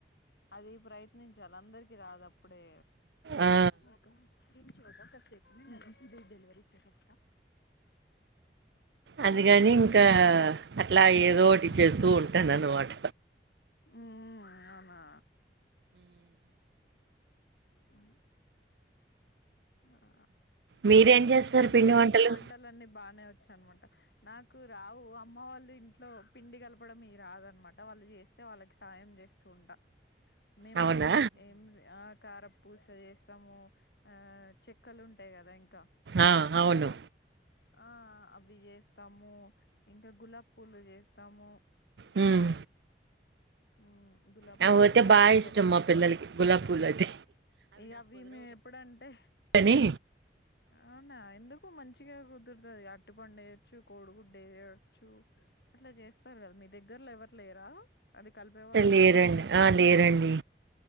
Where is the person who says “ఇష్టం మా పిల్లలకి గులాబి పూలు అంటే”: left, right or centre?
Right